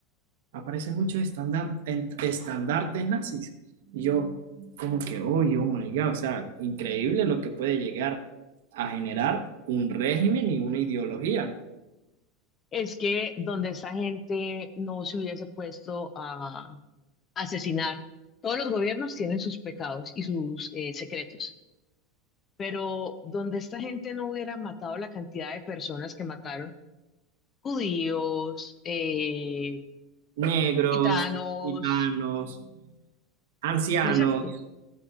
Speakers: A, on the right; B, on the left.
A: aparecen muchos estandar- en- estandartes nazis. Y yo, como que, oye, oh my God, o sea, increíble lo que puede llegar a generar un régimen y una ideología.
B: Es que donde esa gente no se hubiese puesto a asesinar. Todos los gobiernos tienen sus pecados y sus eh, secretos, pero donde esta gente no hubiera matado la cantidad de personas que mataron, judíos, eh,
A: Negros,
B: gitanos,
A: gitanos, ancianos,
B: ¿no es cierto?